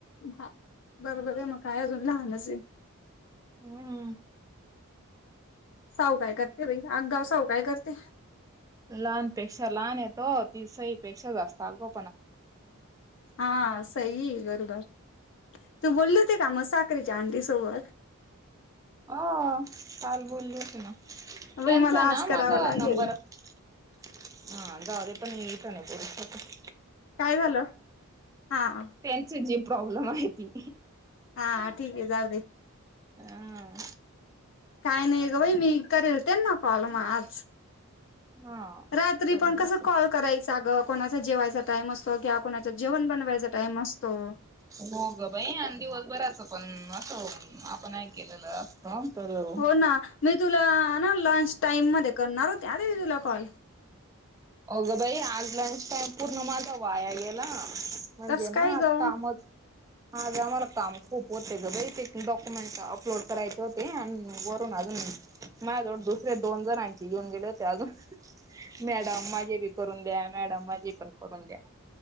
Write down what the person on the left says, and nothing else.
बर बर आहे मग काय अजून लहानच आहे.
साऊ काय करते बाई, आगाव साऊ काय करते?
हां सई बरोबर तूं बोलली होती कां मंग सां करीच्यां आंटी सोबतं.
बाई
मला आज
करावं
लागेल
कायं झालं हां.
हां ठीक आहे जाऊं दे.
कांहीं नाहीं गं बाई मी करेल त्यांना कॉल मंग आंज.
रात्री
पणं कसं
कॉल करांयचा गं? कोणांचा जेवांयचा टाईम असतो किंवा कोणां जेवणं बनवांयचा टाईम असतो
हो नां मी तुलां नां लंच टाईम मध्यें करणारं हो त्यां आद तुलां कॉल
कस काय
ग